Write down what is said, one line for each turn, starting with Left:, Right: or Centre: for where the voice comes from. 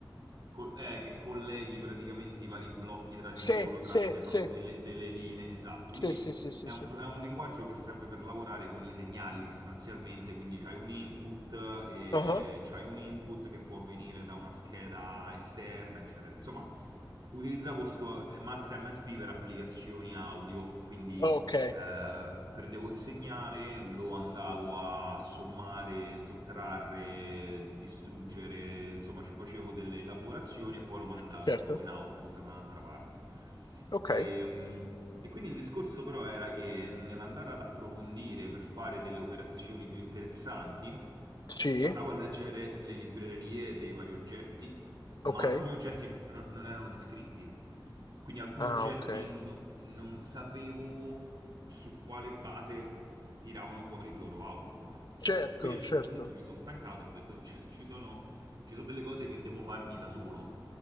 Right: co- eh, che colleghi praticamente i vari blocchi tra di
Left: Sì,
Right: loro
Left: sì,
Right: tramite
Left: sì,
Right: proprio delle, delle linee, esatto.
Left: sì,
Right: Quindi
Left: sì, sì, sì,
Right: è
Left: sì.
Right: un, pro- è un linguaggio che serve per lavorare con i segnali sostanzialmente, quindi c'hai un input, e
Left: Ah,
Right: c'hai un input che può venire da una scheda esterna, eccetera. Insomma, utilizzavo sto Max MSP per applicazioni audio, quindi
Left: Ok,
Right: eh, prendevo il segnale, lo andavo a sommare, sottrarre, distruggere, insomma ci facevo delle elaborazioni e poi lo mandavo
Left: certo.
Right: in output da un'altra parte.
Left: Ok.
Right: E, mm, e quindi il discorso però era che nell'andare ad approfondire per fare delle operazioni più interessanti,
Left: Sì,
Right: andavo a leggere le librerie dei vari oggetti, ma
Left: ok.
Right: alcuni oggetti non non erano descritti. Quindi alcuni
Left: Ah,
Right: oggetti
Left: ok.
Right: no- non sapevo su quale base tiravano fuori il loro output. E
Left: Certo,
Right: quindi a un
Left: certo.
Right: certo punto mi sono stancato, ho detto ci, ci sono, ci sono delle cose che devo farmi da solo.